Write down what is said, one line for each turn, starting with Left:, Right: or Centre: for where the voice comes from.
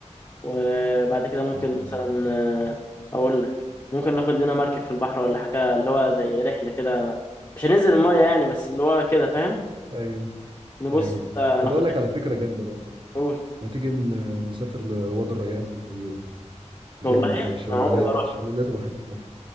Left: وبعد كده ممكن
Right: امم
Left: مثلا آه، أقول لك ممكن ناخد لنا مركب في البحر ولا حاجة اللي هو زي رحلة كده مش هننزل المية يعني بس اللي هو كده فاهم
Right: ايوه
Left: نبص
Right: ايوه
Left: كده ناخد
Right: طب اقول
Left: رحلة
Right: لك على فكرة جامدة برضه
Left: أول
Right: ما تيجي ن- نسافر لوادي الريان في الفيوم جامد
Left: والله
Right: ده شلالات
Left: أنا عمري ما رحت
Right: شلالات الوحيدة في مصر